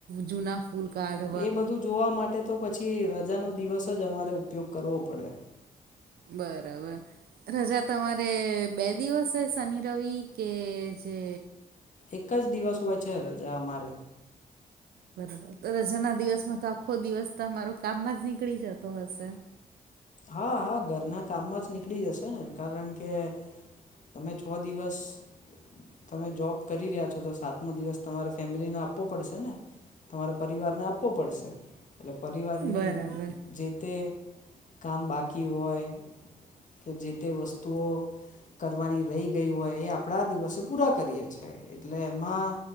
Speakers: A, on the right; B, on the left.
A: જૂના ફૂ ફૂલ કાઢ
B: એ બધું જોવા માટે તો પછી રજાનો દિવસ જ અમારે ઉપયોગ કરવો પડે.
A: બરાબર. રજા તમારે બે દિવસ હોય શનિ રવિ કે જે
B: એક જ દિવસ હોય છે રજા અમારે.
A: બરાબર. તો રજાના દિવસમાં તો આખો દિવસ તમારો કામમાં જ નીકળી જતો હશે?
B: હા હા ઘરના કામમાં જ નીકળી જશે ને કારણ કે તમે છ દિવસ તમે જોબ કરી રહ્યા છો. તો તો સાતમો દિવસ તમારે ફેમિલીને આપવો પડશે ને? તમારે પરિવારને આપવો પડશે. એટલે પરિવારની
A: બરાબર
B: જે તે કામ બાકી હોય કે જે તે વસ્તુઓ કરવાની રહી ગઈ હોય એ આપણા દિવસે પૂરા કરીએ છીએ. એટલે એમાં